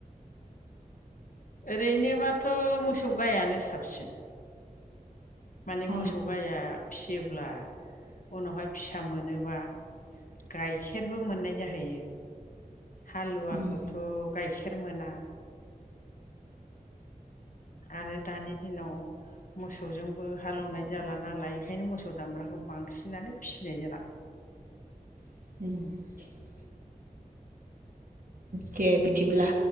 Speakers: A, on the left; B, on the right.
A: ओरैनोबाथ' मोसौ गायानो साबसिन। माने
B: अ
A: मोसौ गाया फियो अब्ला उनावहाय फिसा मोनोबा गाइखेरबो मोननाय जाहैयो। हालुवाखौथ'
B: उम
A: गायखे खेर मोना आरो दानि दिनाव मोसौजोंबो हालेवनाय जाला नालाय बेखायनो मोसौ दामब्राखौ बांसिनानो फिसिनाय जाला।
B: <unintelligible> दे बिदिब्ला